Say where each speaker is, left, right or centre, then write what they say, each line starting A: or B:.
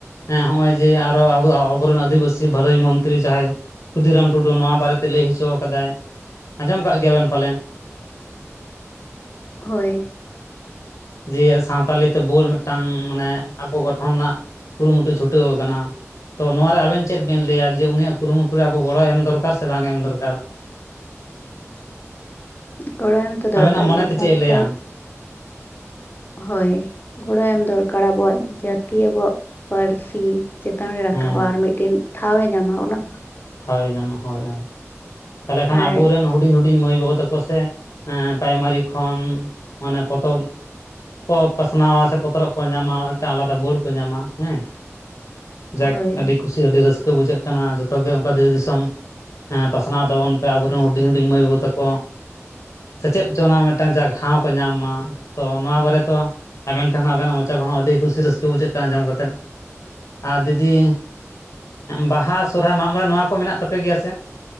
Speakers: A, on the left; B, on the left.
A: ᱦᱮᱸ ᱦᱚᱜᱼᱚᱭ ᱡᱮ ᱟᱨᱚ ᱟᱵᱚ ᱟᱵᱚ ᱨᱮᱱ ᱟᱹᱫᱤ ᱵᱟᱹᱥᱤ ᱵᱷᱟᱹᱞᱟᱹᱭ ᱢᱚᱱ ᱛᱤᱨᱤ ᱡᱟᱦᱟᱸᱭ ᱠᱷᱩᱫᱷᱤᱨᱟᱢ ᱴᱩᱰᱩ ᱱᱚᱣᱟ ᱵᱟᱨᱮ ᱛᱮ ᱞᱟᱹᱭ ᱦᱚ ᱪᱚ ᱟᱠᱟᱫᱟᱭ ᱟᱸᱡᱚᱢ ᱠᱟᱫ ᱜᱮᱭᱟ ᱵᱤᱱ ᱯᱟᱞᱮᱱ᱾
B: ᱦᱳᱭ
A: ᱡᱮ ᱥᱟᱱᱛᱟᱲᱤ ᱛᱮ ᱵᱷᱟᱹᱲ ᱢᱤᱫ ᱴᱟᱝ ᱢᱟᱱᱮ ᱟᱵᱚ ᱜᱚᱴᱷᱚᱱ ᱨᱮᱱᱟᱜ ᱠᱩᱨᱩ ᱢᱩᱴᱩ ᱪᱷᱩᱴᱟᱹᱣ ᱟᱠᱟᱱᱟ᱾ ᱛᱚ ᱱᱚᱣᱟ ᱨᱮ ᱟᱵᱮᱱ ᱪᱮᱫ ᱵᱮᱱ ᱞᱟᱹᱭ ᱟ ᱡᱮ ᱩᱱᱤᱭᱟᱜ ᱠᱩᱨᱩ ᱢᱩᱴᱩ ᱨᱮ ᱟᱵᱚ ᱜᱚᱲᱚ ᱮᱢ ᱫᱚᱨᱠᱟᱨ ᱥᱮ ᱵᱟᱝ ᱮᱢ ᱫᱚᱨᱠᱟᱨ᱾
B: ᱜᱚᱲᱚ ᱮᱢ ᱛᱚ ᱫᱚᱨᱠᱟᱨ
A: ᱟᱵᱮᱱᱟᱜ ᱢᱚᱱᱮ
B: ᱜᱮ
A: ᱛᱮ
B: ᱥᱟᱱᱛᱟᱲ
A: ᱪᱮᱫ ᱮ ᱞᱟᱹᱭᱟ?
B: ᱦᱳᱭ ᱜᱚᱲᱚᱭ ᱮᱢ ᱫᱚᱨᱠᱟᱨ ᱟᱵᱚᱣᱟᱜ ᱡᱟᱹᱛᱤ ᱟᱵᱚᱣᱟᱜ ᱯᱟᱹᱨᱥᱤ ᱪᱮᱛᱟᱱ ᱨᱮ ᱨᱟᱠᱟᱵᱟ
A: ᱦᱮᱸ
B: ᱟᱨ ᱢᱤᱫ ᱴᱤᱱ ᱴᱷᱟᱶ ᱮ ᱧᱟᱢ‌ ᱚᱱᱟᱼᱼ
A: ᱴᱷᱟᱶ ᱮ ᱧᱟᱢᱟ ᱦᱳᱭ ᱦᱳᱭ ᱛᱟᱦᱞᱮ ᱠᱷᱟᱱ
B: ᱟᱨ
A: ᱟᱵᱚ ᱨᱮᱱᱼᱼ ᱦᱩᱰᱤᱧ ᱦᱩᱰᱤᱧ ᱢᱟᱹᱭ ᱵᱟᱵᱩ ᱛᱟᱠᱚ ᱥᱮ ᱯᱮᱨᱟᱭ ᱢᱟᱨᱤ ᱠᱷᱚᱱ ᱢᱟᱱᱮ ᱯᱚᱛᱚᱵᱼᱼ ᱠᱚ ᱯᱟᱥ ᱱᱟᱣ ᱥᱮ ᱯᱚᱛᱚ ᱨᱚᱜ ᱠᱚ ᱧᱟᱢᱟ ᱢᱤᱫ ᱴᱟᱝ ᱟᱞᱟᱫᱟ ᱵᱳᱲ ᱠᱚ ᱧᱟᱢᱟ ᱦᱮᱸᱼᱼ ᱡᱟᱠ
B: ᱦᱳᱭ
A: ᱟᱹᱰᱤ ᱠᱩᱥᱤ ᱟᱹᱰᱤ ᱨᱟᱹᱥᱠᱟᱹ ᱵᱩᱡᱷᱟᱹᱜ ᱠᱟᱱᱟ ᱡᱷᱚᱛᱚ ᱜᱮ ᱚᱱᱠᱟ ᱫᱮᱥ ᱫᱤᱥᱚᱢᱼᱼ ᱯᱟᱥᱟᱱᱟᱣ ᱛᱟᱵᱚᱱ ᱯᱮ ᱟᱵᱚ ᱨᱮᱱ ᱦᱩᱰᱤᱧ ᱦᱩᱰᱤᱧ ᱢᱟᱹᱭ ᱵᱟᱹᱵᱩ ᱛᱟᱠᱚ, ᱥᱮᱪᱮᱫ ᱦᱚᱪᱚ ᱱᱟ ᱢᱤᱫ ᱴᱟᱝ ᱡᱟ ᱴᱷᱟᱶ ᱠᱚ ᱧᱟᱢ ᱢᱟ ᱛᱚ ᱱᱚᱣᱟ ᱵᱟᱨᱮᱛᱚ ᱟᱵᱮᱱ ᱴᱷᱮᱱ ᱦᱚᱸ ᱟᱵᱮ ᱱᱟᱜ ᱢᱚᱪᱟ ᱠᱷᱚᱱᱟᱜ ᱟᱹᱰᱤ ᱠᱩᱥᱤ ᱨᱟᱹᱠᱟᱹ ᱵᱩᱡᱷᱟᱹᱜ ᱠᱟᱱᱟ ᱟᱸᱡᱚᱢ ᱠᱟᱛᱮᱫ᱾ ᱟᱨ ᱫᱤᱫᱤ ᱵᱟᱦᱟ ᱥᱚᱨᱦᱟᱭ ᱢᱟᱜ ᱢᱚᱬᱮ ᱱᱚᱣᱟ ᱠᱚ ᱢᱮᱱᱟᱜ ᱛᱟᱯᱮ ᱜᱮᱭᱟ ᱥᱮ?